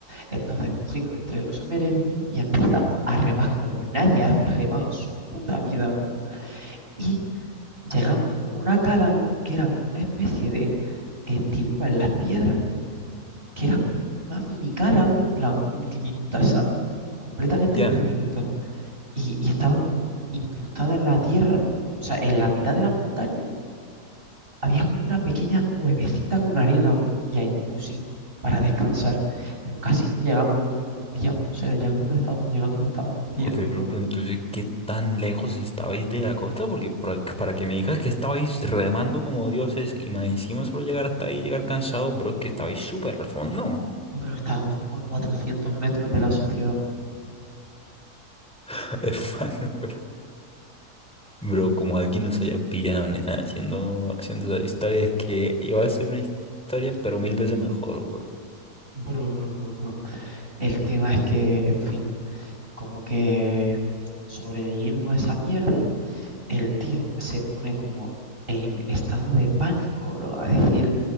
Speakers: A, on the right (about 35°); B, in the centre.
A: Entonces cogimos entre los somereros y yo y empezamos a remar como nadie ha remado en su puta vida, bro. Y llegamos como a una calabro, que era como una especie de hendidura en las piedras, que era como una mini calabro, en plan, diminuta, ¿sabes? Completamente
B: Ya,
A: diminuta.
B: ¿eh?
A: Y, y estaba como incrustada en la tierra, o sea, en la mitad de la montaña, había como una pequeña cuevecita con arena, bro. Y ahí nos pusimos para descansar. Pero casi no llegamos, bro, y nos hundíamos. O sea, ya cuando estábamos llegando nos estábamos hundiendo,
B: Joder, pero,
A: bro.
B: pero entonces, ¿qué tan lejos estabais de la costa? Porque para, para que me digas que estabais remando como dioses y más encima solo llegar hasta ahí, llegar cansado, bro, es que estabais súper al fondo.
A: Bro, estábamos como a 400 metros de la sociedad.
B: <laughs> Hermano, pero... Bro, como alguien nos haya pillado, nena, haciendo, haciendo esa historia, es que iba a ser una historia, pero mil veces mejor, bro.
A: Bro, bro, bro, bro. El tema es que, en fin, como que sobrevivimos a esa mierda, el tío se pone como en estado de pánico, bro, a decir,